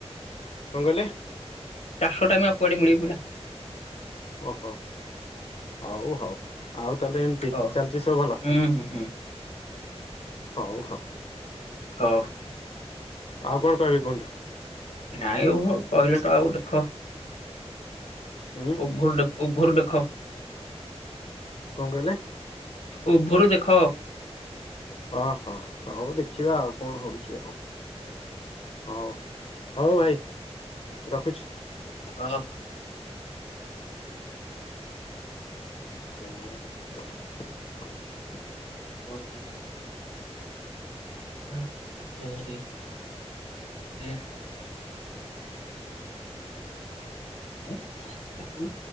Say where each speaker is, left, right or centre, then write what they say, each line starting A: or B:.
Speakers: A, on the left; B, on the left.
A: କଣ କହିଲେ
B: ଚାଷ ଟାଇମ ଆଉ କୁଆଡେ ମିଳିବେ ପିଲା
A: ଓହୋ ହଉ ହଉ ଆଉ ତାହେଲେ ଏମିତି
B: ହଁ
A: ଚାଲିଛି ସବୁ ଭଲ
B: ହୁଁ ହୁଁ ହୁଁ
A: ହଉ ହଉ।
B: ହଉ
A: ଆଉ କଣ କହିବି କୁହନ୍ତୁ?
B: ନାଇଁ ଆଉ କହିଲେ ତ ଆଉ ଦେଖ
A: ଉଁ
B: ଉଭର ଦେଖ ଉଭର ଦେଖ
A: କଣ କହିଲେ?
B: ଉଭର ଦେଖ
A: ଓହୋ ହଉ ଦେଖିବା ଆଉ କଣ ହଉଛି ଆଉ ହଉ ହଉ ଭାଇ ରଖୁଚି।
B: ହଁ।
A: <unintelligible>
B: <unintelligible> ହ ଜଆି ହଁ ଆ କକୁ